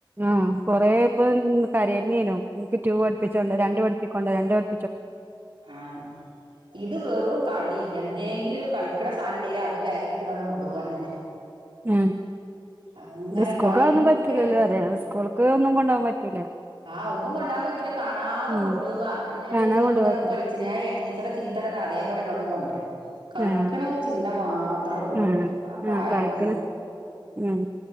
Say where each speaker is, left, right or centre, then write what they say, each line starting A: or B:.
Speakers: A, on the right (about 25°); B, on the right (about 75°).
A: ആ കൊറെ ഇപ്പം കര തന്നേനു എനിക്ക് റ്റു പഠിപ്പിച്ചോണ്ട രണ്ട് പഠപ്പിക്കൊണ്ട രണ്ട് പ
B: ആഹ് ഇത് വെറും കളി എ ന്തേങ്കിലും കളിക്കണ സാനണ്ടെൽ അത് ബാഗിലിട്ടങ്ങാണ്ട കൊുപോക അതന്നെ
A: ഉം
B: അങ്ങനെ
A: സ്കൂൾക്ക
B: കളിന്റെ
A: അതൊന്നും പറ്റൂലല്ലോ അറയാ സ്കൂൾക്ക് ഒന്നും കൊണ്ടകാൻ പറ്റൂല.
B: ആഹ ഒന്നും കൊണ്ടാൻ പറ്റില്ല കാണതെ
A: ഉം
B: കൊണ്ട് പോവാ ന്നട്ട് ഞാൻ
A: കാണാ
B: ചോതിച് തുകൊണ്ട്
A: കൊണ്ടോവാത്തത്
B: ഇത് എവിടെ കളിച്ചിന ടീച്ചറെ ചീ ഇ അതപോലെ ങ്ങട്ടും കൊണ്ടുരും. കളിക്കണ
A: ആഹ്
B: ഒരു ചിന്ത മാത്രേ ഉള്ളൂ
A: ആഹ്
B: പിന്നെപ്പൊ ആ പ്രയോക്കെല്ലേ.
A: ആഹ് കളിക്കണ് ഉം